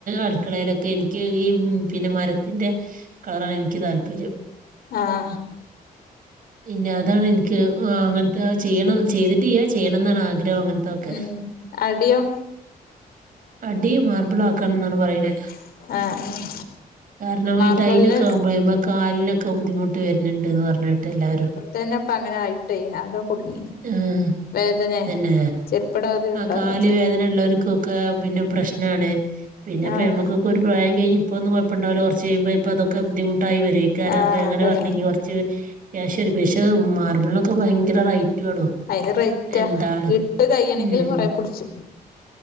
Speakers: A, on the right; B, on the left.
A: അടുക്കളയിലൊക്കെ എനിക്ക് ഈ പിന്നെ മരത്തിന്റെ കളറാണ് എനിക്ക് താല്പര്യം
B: ആഹ്
A: പിന്നെ അതാണ്ൻക്ക് ങ് അങ്ങൻത്തെ ചെയ്യണം ചെയ്തിട്ടില്ല ചെയ്യണന്നാണ് ആഗ്രഹം അങ്ങത്തൊക്കെ
B: ഉം അടിയോ
A: അടി മാർബിളാക്കാണ്ന്നാണ് പറയണെ
B: ആഹ് ആഹ്
A: കാരണം
B: മാർബിളിന്
A: ഈടൈലോക്കാവുമ്പോയെ മ്മളെകാലിനൊ ക്കെബുദ്ധിമു ട്ട് വരുന്ണ്ട്ന്ന് പറഞ്ഞിട്ട്ല്ലാരും
B: തന്നെപ്പൊ അങ്ങനെ ആയിട്ടേ ആകെ കുടുങ്ങീന്
A: ആഹ്
B: വേദനെ
A: തെന്നെ
B: ചെരുപ്പിടാതെ ചവിട്ടാൻ
A: ആ കാൽവേദന
B: വെജ്ജ
A: ഇള്ളോൽക്കൊക്കെ പിന്നെ പ്രശ്നാണ് പിന്നെപ്പം
B: ആഹ്
A: ഞമ്മക്കൊക്കെ ഒരു പ്രായം കഴിഞ്ഞ് ഇപ്പൊന്നും കൊഴപ്പണ്ടാവൂലാ കൊർച്ചെയ്യിമ്പോ ചെൽപ്പം അതൊക്കെ ബുദ്ധിമു വരുആയിക്കാരം
B: ആഹ്
A: ഞാനപ്പങ്ങനെ
B: അതന്നെ
A: പറഞ്ഞു കുറച്ചു ക്യാഷ് ചെറ <unintelligible> പഷേ മാർബിളിനൊക്കെ ഭയങ്കര റൈ <unintelligible>
B: അയിന് റേറ്റാ
A: എന്താണ്
B: ഇട്ട് കയ്യണെങ്കിലും
A: ഉം
B: കൊറേ പിടിച്ചും